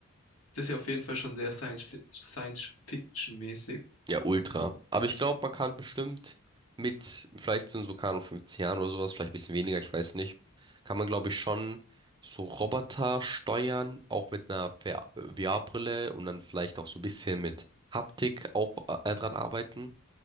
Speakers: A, on the left; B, on the right.
A: das ist ja auf jeden Fall schon sehr Science-Fi- Science-Fiction-mäßig.
B: Ja, ultra. Aber ich glaube, man kann bestimmt mit, vielleicht sind so, keine Ahnung, 50 Jahren oder sowas, vielleicht ein bisschen weniger, ich weiß nicht, kann man, glaube ich, schon so Roboter steuern, auch mit einer VR VR-Brille und dann vielleicht auch so ein bisschen mit Haptik auch äh, dran arbeiten.